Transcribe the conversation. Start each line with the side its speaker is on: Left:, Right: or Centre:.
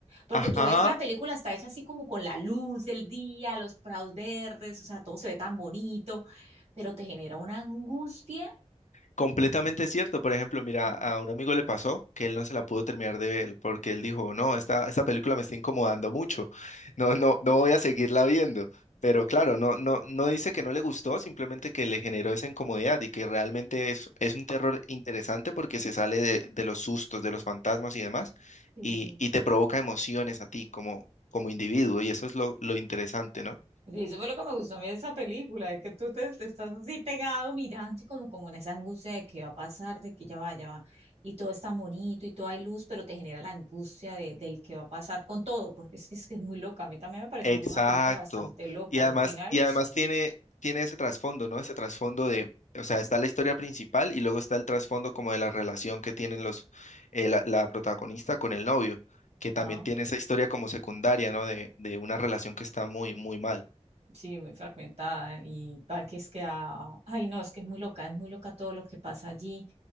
Right: Porque
Left: Ajá,
Right: tú ves la película, está hecha así como con la luz del día, los prados verdes, o sea, todo se ve tan bonito pero te genera una angustia
Left: Completamente cierto. Por ejemplo, mira,
Right: <laughs>
Left: a un amigo le pasó que él no se la pudo terminar de ver porque él dijo, no, esta, esta película me está incomodando mucho. No, no, no voy a seguirla viendo. Pero claro, no, no, no dice que no le gustó, simplemente que le generó esa incomodidad y que realmente es, es un terror interesante porque se sale de, de los sustos, de los fantasmas y demás,
Right: Sí.
Left: y, y te provoca emociones a ti como, como individuo, y eso es lo, lo interesante, ¿no?
Right: Sí, eso fue lo que me gustó a mí de esa película, de que tú te, te estás así pegado mirando y como, como en esa angustia de que va a pasar, de que ya va, ya va, y todo es tan bonito y todo hay luz, pero te genera la angustia de, del que va a pasar con todo, porque es que, es que es muy loca. A mí también me pareció
Left: Exacto.
Right: una película bastante loca
Left: Y además,
Right: y un final,
Left: y además tiene, tiene ese trasfondo, ¿no? Ese trasfondo de, o sea, está la historia principal y luego está el trasfondo como de la relación que tienen los, eh, la, la protagonista con el novio, que también
Right: ah,
Left: tiene esa historia como secundaria, ¿no? De, de una relación que está muy, muy mal.
Right: sí, muy fragmentada y para que es que, ah, ay no, es que es muy loca, es muy loca todo lo que pasa allí